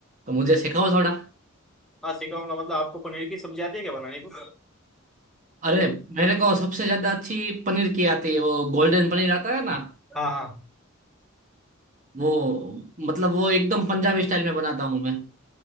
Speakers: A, on the right; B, in the centre.
A: तो मुझे सिखाओ थोड़ा
B: हाँ सिखाऊंगा मतलब आपको पनीर की सब्जी आती है क्या बनाने को
A: अरे मेरे को सबसे ज्यादा अच्छी पनीर की आती है वो गोल्डन पनीर आता है ना
B: हाँ हाँ
A: वो मतलब वो एकदम पंजाबी स्टाइल में बनाता हूँ मैं